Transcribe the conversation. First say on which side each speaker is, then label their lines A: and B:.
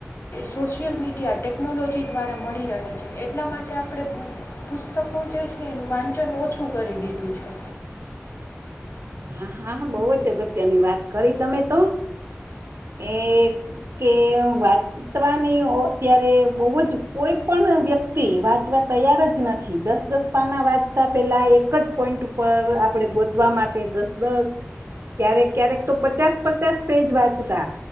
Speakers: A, on the left; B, on the right.
A: સોશિયલ મીડિયા ટેકનોલોજી દ્વારા મળી રહે છે એટલા માટે આપણે પુ પુતકો જે છે એનું વાંચન ઓછું કરી દીધું છે
B: હા હા બહ જ અગત્યની વાત કરી તમે તો એ કે વાંચવાની અત્યારે બહુ જ કોઈ પણ વ્યક્તિ વાંચવા તૈયાર જ નથી દસ દસ પાના વાંચતા પેલા એક જ પોઈન્ટ ઉપર આપણે ગોતવા માટે ક્યારેક ક્યારેક તો પચાસ પચાસ પેજ વાંચતા